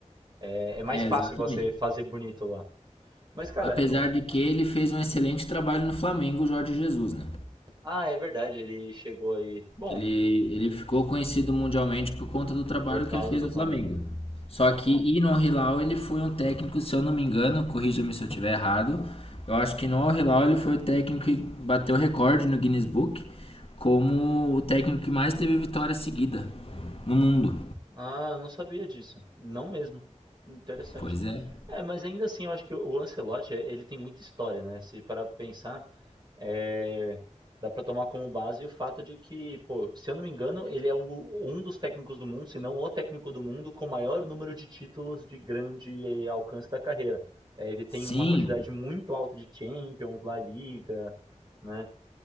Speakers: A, on the right; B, on the left.
A: É, é mais
B: É,
A: fácil
B: exatamente.
A: você fazer bonito lá. Mas, cara,
B: Apesar
A: eu-
B: de que ele fez um excelente trabalho no Flamengo, o Jorge Jesus, né?
A: ah, é verdade, ele chegou aí. Bom,
B: Ele, ele ficou conhecido mundialmente por conta do trabalho
A: por causa
B: que ele fez
A: do
B: no
A: Flamengo.
B: Flamengo. Só que e no Al-Hilal ele foi um técnico, se eu não me engano, corrija-me se eu estiver errado. Eu acho que no Al-Hilal ele foi o técnico que bateu recorde no Guinness Book como o técnico que mais teve vitória seguida no mundo.
A: Ah, não sabia disso. Não mesmo. Interessante.
B: Pois é.
A: É, mas ainda assim, eu acho que o Ancelotti, eh, ele tem muita história, né? Se parar pra pensar, eh, dá pra tomar como base o fato de que, pô, se eu não me engano, ele é o- um dos técnicos do mundo, se não o técnico do mundo, com maior número de títulos de grande eh, alcance da carreira. Eh, ele tem
B: Sim,
A: uma quantidade muito alta de Champions, La Liga, né?